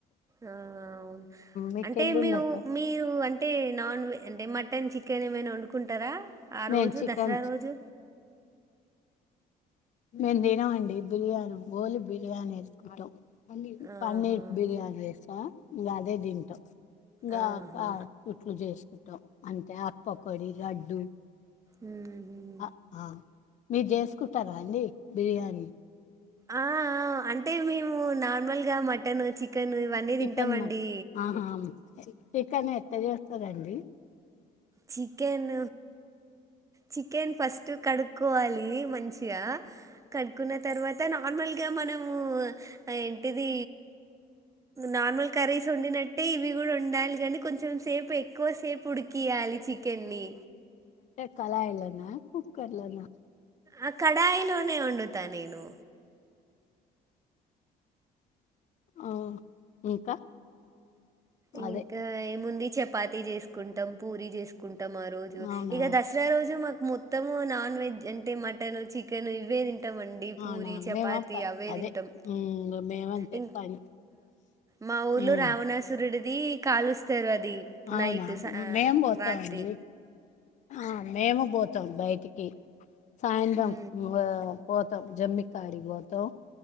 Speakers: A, on the right; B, on the left.
A: ఆ అవును
B: మీకెళ్ళి
A: అంటే మీ
B: ఉన్నదా
A: మీరు అంటే నాన్ వెజ్ ఏ మన్ మటన్ చికెన్ ఏమైనా వండుకుంటా ఇక్కడ ఆ
B: మేము
A: రోజు
B: చికెన్
A: దసరా రోజు
B: మేము తినం అండి బిర్యానీ ఓలీ బిర్యానీ వేసుకుంటాం
A: ఆహా
B: పన్నీర్ బిర్యానీ చేస్తవ ఇగా అదేతింటమ్ ఇంగా
A: ఆహా
B: ఆ అట్లా ఉట్లు చేసి కు అంతే ఆ పకోడి లడ్డూ
A: మ్మ్
B: ఆ ఆ మీరు చేసుకుంటారా అండి బిర్యానీ
A: ఆ అంటే మేము నార్మల్ గా మటన్ చికె కను ఇవన్నీ
B: చికెన్
A: తింటామండి
B: మట్ ఆహా చికెన్ ఎట్లా చేస్తారండి
A: చికెన్ చికెన్ ఫస్ట్ కడుక్కోవాలి మంచిగా కడుక్కున్న తర్వాత అంత నార్మల్గా మనము ఏంటిది నార్మల్ కర్రీస్ వండినట్టే ఇవి కూడా ఉండాలి కానీ కొంచెం సేపు ఎ కోసే ఉడికియలి చికెన్ని
B: కడాయి లోన కుక్కర్లోనా
A: ఆ కడయిలోనే వండుత నేను
B: ఆ ఇంకా
A: ఇంకా
B: అదే
A: ఏముంది చపాతి చేసుకుంటాం పూరి చేసుకుంటాం మొత్తం ఆ రోజు
B: అవునా
A: ఇక దసరా రోజు మా మొత్తము నాన్ వెజ్ అంటే మటన్ చికెన్ ఇవే ఇట్ట వండి పూరి
B: అవునా
A: చపాతి
B: మేమ ప-
A: అవే
B: అదే
A: తింటాం
B: ఉమ్, మేమంతే
A: ఇం
B: పని
A: మా ఊర్లు
B: ఉమ్.
A: రావణాసురుడి దీ కాలుస్తారు అది
B: అవునా
A: నైట్
B: మేము పోతామండి
A: రాత్రి
B: ఆ మేము పోతాం బయటికి సాయంత్రం
A: ఆ
B: పోతాం జమ్మి కాడికి పోతాం